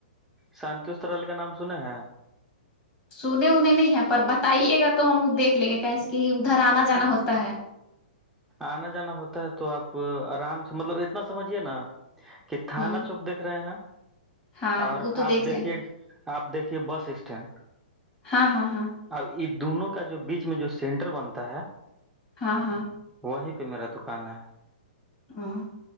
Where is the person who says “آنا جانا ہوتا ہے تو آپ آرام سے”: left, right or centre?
Centre